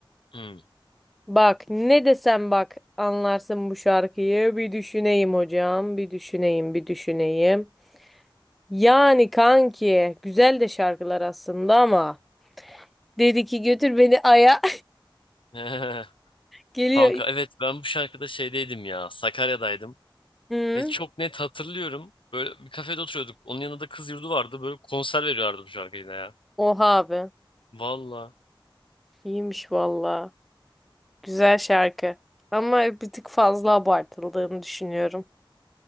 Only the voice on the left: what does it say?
Hmm.
<laughs>
Kanka evet ben bu şarkıda şeydeydim ya. Sakarya'daydım.
Ve çok net hatırlıyorum. Böyle bir kafede oturuyorduk. Onun yanında da kız yurdu vardı. Böyle konser veriyorlardı bu şarkıyla ya.
Valla.